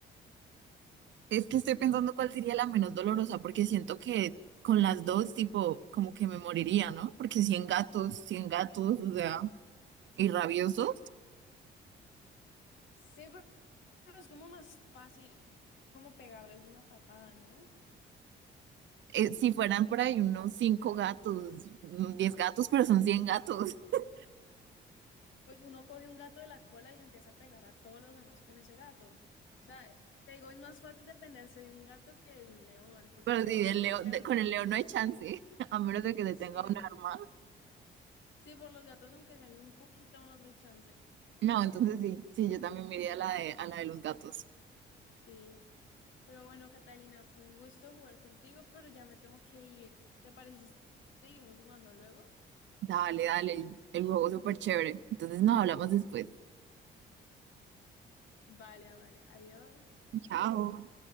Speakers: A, on the right; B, on the left.
A: Es que estoy pensando cuál sería la menos dolorosa, porque siento que con las dos, tipo, como que me moriría, ¿no? Porque cien gatos, 100 gatos, o sea, y rabiosos.
B: Sí. Sí, pero pero es como más fácil como pegarles una patada, ¿no?
A: eh, si fueran por ahí
B: Ah,
A: unos 5 gatos, mm, 10 gatos, pero son 100 gatos. <laughs>
B: Pues uno coge un gato de la cola y le empieza a pegar a todos los demás con ese gato. O sea, te digo, es más fácil defenderse de un gato que de un león, porque
A: Pero
B: al
A: si
B: león
A: del león,
B: le pegas
A: de- con
B: un...
A: el león no hay chance, <laughs> a menos de que se
B: Sí,
A: tenga un arma.
B: Sí, por los gatos, aunque sea hay un poquito más de chance.
A: No, entonces sí, sí, yo también me iría a la de, a la de los gatos.
B: Sí. Pero bueno, Catalina, fue un gusto jugar contigo, pero ya me tengo que ir. ¿Te parece si seguimos jugando luego?
A: Dale, dale, el juego súper chévere. Entonces nos hablamos después.
B: Vale, ah, vale. Adiós.
A: Chao.